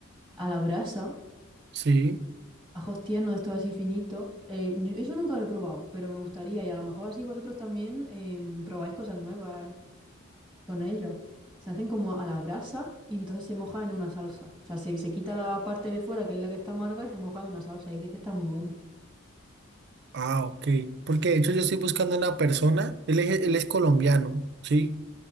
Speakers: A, in the centre; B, on the right.
A: a la brasa,
B: sí.
A: ajos tiernos, estos así finitos. Eh, yo- eso nunca lo he probado, pero me gustaría y a lo mejor así vosotros también em, probáis cosas nuevas. con ellos. Se hacen como a la brasa y entonces se moja en una salsa. O sea, se, se quita la parte de fuera, que es la que está amarga, y se moja en una salsa. Dice que está muy bueno.
B: Ah, ok. Porque de hecho yo estoy buscando una persona. Él es, él es colombiano, ¿sí?